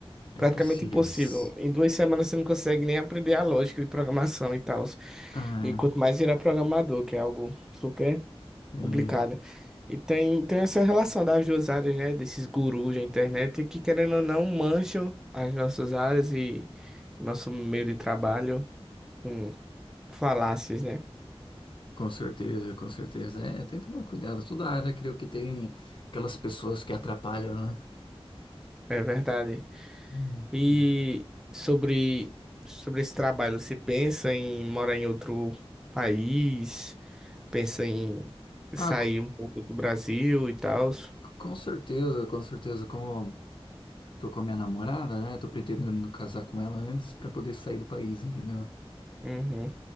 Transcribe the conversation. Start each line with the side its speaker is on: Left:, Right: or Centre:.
Left: É
Centre: praticamente
Left: impossível
Centre: impossível.
Left: isso.
Centre: Em duas semanas você não consegue nem aprender a lógica de programação e tal.
Left: Ah,
Centre: E quanto mais virar programador, que é algo super
Left: sim,
Centre: complicado. E tem, tem essa relação das duas áreas, né? Desses gurus da internet que, querendo ou não, mancham as nossas áreas e nosso meio de trabalho com falácias, né?
Left: com certeza, com certeza. É, tem que tomar cuidado. Toda área, creio que tem aquelas pessoas que atrapalham, né?
Centre: É verdade.
Left: Hum,
Centre: E
Left: hum.
Centre: sobre, sobre esse trabalho, você pensa em morar em outro país? Pensa em sair
Left: Ah, co-
Centre: um pouco do Brasil e tal?
Left: com certeza, com certeza. Como tô com a minha namorada, né? Tô pretendendo casar com ela antes pra poder sair do país, entendeu?
Centre: Uhum.